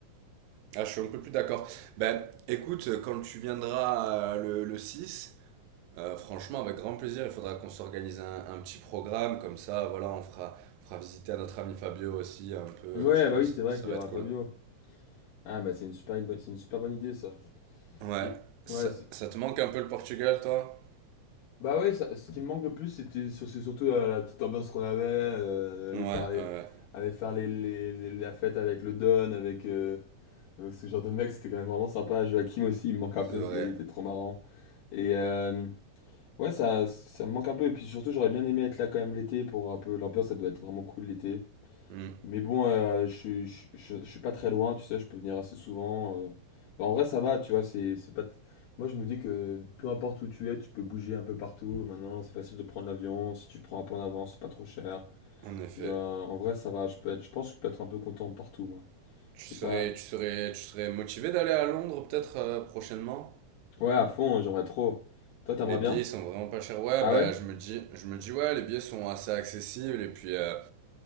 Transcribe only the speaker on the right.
Ah, je suis un peu plus d'accord. Ben, écoute, quand tu viendras euh, le, le 6, euh, franchement, avec grand plaisir, il faudra qu'on s'organise un, un petit programme, comme ça, voilà, on fera, on fera visiter à notre ami Fabio aussi, un peu, euh,
je pense.
Ça
va
être
cool.
Ouais,
ça,
ça te manque un peu le Portugal, toi?
Ouais, ouais,
ouais.
c'est
vrai.
Hmm,
en effet.
Tu
serais,
tu serais, tu serais motivé d'aller à Londres, peut-être, euh, prochainement?
Les
billets ils sont vraiment pas chers. Ouais,
bah,
je me dis, je me dis, ouais, les billets sont assez accessibles, et puis, euh,